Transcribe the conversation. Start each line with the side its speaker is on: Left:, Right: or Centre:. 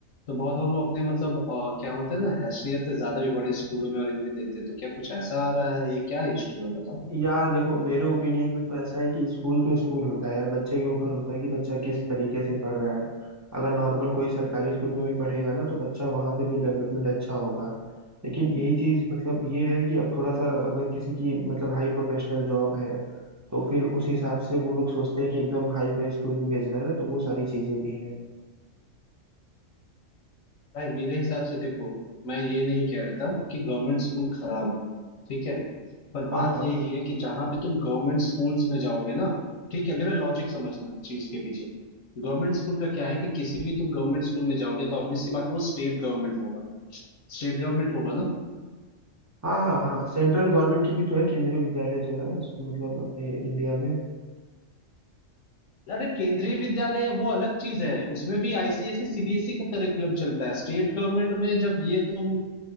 Left: तो बहुत बार वो अपने मतलब अ, क्या होता है ना हैसियत से ज्यादा भी बड़े स्कूलों में और इनमें देते हैं तो क्या कुछ ऐसा आ रहा है ये क्या इशू है बताओ
Right: यार देखो मेरे ओपिनियन में तो ऐसा है कि स्कूल तो स्कूल होता है यार बच्चे के ऊपर होता है कि बच्चा किस तरीके से पढ़ रहा है अगर नॉर्मल कोई सरकारी स्कूल में भी पढ़ेगा ना तो बच्चा वहाँ पे भी डेवलपमेंट अच्छा होगा लेकिन यही चीज मतलब ये है कि अब थोड़ा सा अगर किसी की मतलब हाई प्रोफेशनल जॉब है तो फिर उस हिसाब से वो लोग सोचते हैं कि एकदम हाई फाई स्कूल में भेजना है ना तो वो सारी चीजें भी हैं
Left: भाई मेरे हिसाब से देखो मैं ये नहीं कहता कि गवर्नमेंट स्कूल खराब है ठीक है पर
Right: हाँ
Left: बात
Right: हाँ
Left: यही है कि जहां पे तुम गवर्नमेंट स्कूल्स में जाओगे ना ठीक है मेरा लॉजिक समझना चीज के पीछे गवर्नमेंट स्कूल का क्या है कि किसी भी तुम गवर्नमेंट स्कूल में जाओगे तो ऑब्वियस सी बात है वो स्टेट गवर्नमेंट होगा स्टेट गवर्नमेंट होगा ना
Right: हाँ हाँ हाँ सेंट्रल गवर्नमेंट की भी तो है केंद्रीय विद्यालय जो है मतलब अपने इंडिया में
Left: अरे केंद्रीय विद्यालय वो अलग चीज है उसमें भी आईसीएसई सीबीएसई का करिकुलम चलता है स्टेट गवर्नमेंट में जब ये तुम